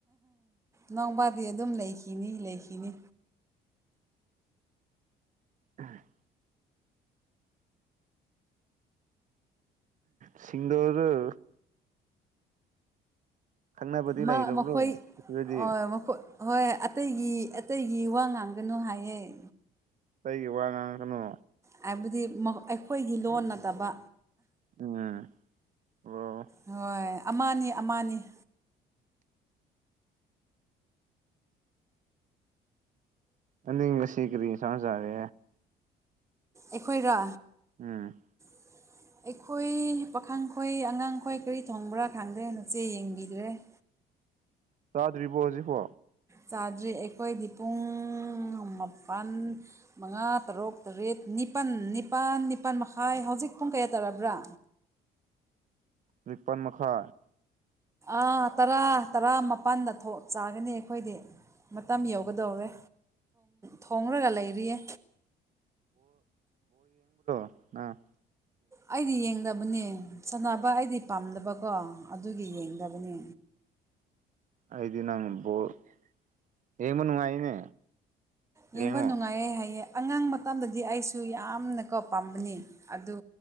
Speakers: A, on the right (about 15°); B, on the right (about 50°).
A: ꯅꯅꯥꯎꯄꯥꯗꯤ ꯑꯗꯨꯝ ꯂꯩꯈꯤꯅꯤ ꯂꯩꯈꯤꯅꯤ
B: ꯑ ꯁꯤꯁꯤꯡꯒꯔ ꯈꯪꯅꯕꯗꯤ
A: ꯃꯥ
B: ꯂꯩꯔꯕ꯭ꯔꯣ
A: ꯃꯈꯣꯏ
B: ꯑꯗꯨꯗꯤ
A: ꯃꯈꯣꯏ ꯍꯣꯏ ꯑꯇꯩꯒꯤ ꯑꯇꯩꯒꯤ ꯋꯥ ꯉꯥꯡꯒꯅꯨ ꯍꯥꯏꯌꯦꯦ
B: ꯀꯒꯤ ꯋꯥ ꯉꯥꯡꯈꯅꯣ
A: ꯍꯥꯏꯕꯗꯤ ꯑꯩꯈꯣꯏꯒꯤ ꯂꯣꯟ ꯅꯠꯇꯕ
B: ꯎꯝ ꯑꯣ
A: ꯍꯣꯏ ꯑꯃꯅꯤ ꯑꯃꯅꯤ
B: ꯑꯕꯁꯤꯈꯔꯤ ꯁ ꯆꯔꯦ
A: ꯑꯩꯈꯣꯏꯗ
B: ꯎꯝ
A: ꯎ ꯑꯩꯈꯣꯏ ꯄꯥꯈꯪꯈꯣꯏ ꯑꯉꯥꯡꯈꯣꯏ ꯀꯔꯤ ꯊꯣꯡꯕ꯭ꯔꯥ ꯈꯪꯗ꯭ꯔꯦ ꯃꯆꯦ ꯌꯦꯡꯕꯤꯗ꯭ꯔꯦ <unintelligible>
B: ꯄꯗꯔꯤꯕ ꯍꯧꯖꯤ ꯍꯣ
A: ꯆꯥꯗ꯭ꯔꯤ ꯑꯩꯈꯣꯏꯗꯤ ꯄꯨꯡ ꯃꯥꯄꯜ ꯃꯉꯥ ꯇꯔꯨꯛ ꯇꯔꯦꯠ ꯅꯤꯄꯥꯜ ꯅꯤꯄꯥꯜ ꯅꯤꯄꯥꯜ ꯃꯈꯥꯏ ꯍꯧꯖꯤꯛ ꯄꯨꯡ ꯀꯌꯥ ꯇꯥꯔꯕ꯭ꯔꯥ
B: ꯔꯤꯄꯟ ꯃꯈꯥ
A: ꯑ ꯇꯔꯥ ꯇꯔꯥꯃꯄꯜꯗ ꯊꯣꯛ ꯆꯥꯒꯅꯤ ꯑꯩꯈꯣꯏꯗꯤ ꯃꯇꯝ ꯌꯧꯒꯗꯧꯔꯦ ꯊꯣꯡꯂꯒ ꯂꯩꯔꯤꯌꯦ
B: ꯑꯝ
A: ꯑꯩꯗꯤ ꯌꯦꯡꯗꯕꯅꯤ ꯁꯥꯟꯅꯕ ꯑꯩꯗꯤ ꯄꯥꯝꯗꯕꯀꯣ ꯑꯗꯨꯒꯤ ꯌꯦꯡꯗꯕꯅꯤ
B: ꯑꯩꯗꯤꯅꯪ ꯍꯃ ꯅꯨꯡꯉꯥꯏꯅꯦ ꯌꯦꯡꯉꯣ
A: ꯌꯦꯡꯕ ꯅꯨꯡꯉꯥꯏꯔꯦ ꯍꯥꯏꯌꯦ ꯑꯉꯥꯡ ꯃꯇꯗꯗꯤ ꯑꯩꯁꯨ ꯌꯥꯝꯅ ꯀꯣ ꯄꯥꯝꯕꯅꯤ ꯑꯗꯨ